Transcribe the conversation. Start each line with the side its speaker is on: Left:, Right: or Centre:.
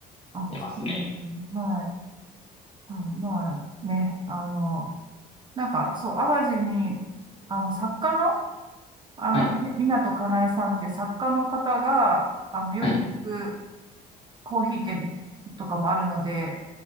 Right: あ、
Left: 出ますね。
Right: そうですねはい、はい、まあね、あの、なんか、そう、淡路に、あの、作家の、あの、
Left: はい、
Right: み港かなえさんっていう作家の方が、あの、よく行く
Left: はい。
Right: コーヒー店とかもあるので、